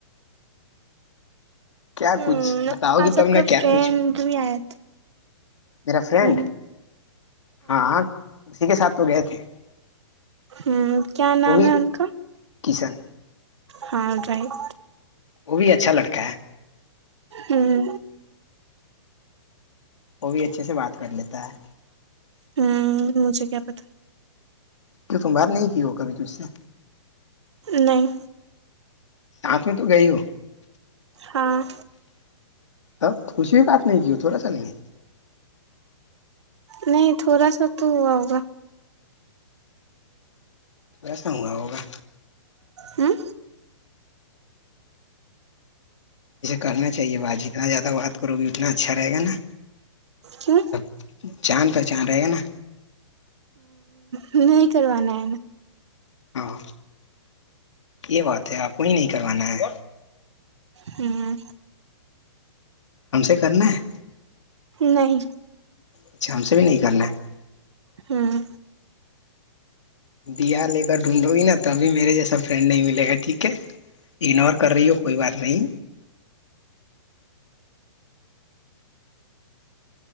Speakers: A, on the left; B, on the right.
A: کیا
B: ہوں
A: کچھ بتاؤ گی
B: آج
A: تم
B: آپ
A: نے
B: کا
A: کیا
B: فرینڈ
A: کچھ
B: بھی آیا
A: میرا
B: تھا
A: فرینڈ
B: ہوں
A: ہاں اسی کے ساتھ تو گئے تھے
B: ہوں کیا نام
A: وہ بھی
B: ہے ان کا
A: کشن
B: ہاں رائٹ
A: وہ بھی اچھا لڑکا ہے
B: ہوں
A: وہ بھی اچھے سے بات کر لیتا ہے
B: ہوں مجھے کیا پتا
A: کی تم بات نہیں کی ہو کبھی تج سے
B: نہیں
A: سات میں تو گئی ہو
B: ہاں
A: اب کچھ بھی بات نہیں کی تھوڑا سا میں نے
B: نہیں تھوڑا سا تو ہوا ہوگا
A: تو ایسا ہوا ہوگا
B: ہوں
A: اسے کرنا چاہیے با جتنا زیادہ سب بات کرو بھی اتنا اچھا رہے گا نا
B: کیوں
A: سب جاند پہچان رہے گا نا
B: ہ نہیں کر ن ہے
A: ہاں یہ بات ہے آپ کو یہ نہیں کروانا ہے
B: ہوں
A: ہم سے کرنا ہے
B: نہیں
A: اچھا ہم سے بھی نہیں کرنا ہے
B: ہوں
A: ڈ آر لے کر ڈھونڈو گی نا تبھی میرے جیسا فرینڈ نہیں ملے گا ٹھیک ہے اگنور کر رہی ہو کوئی بات نہیں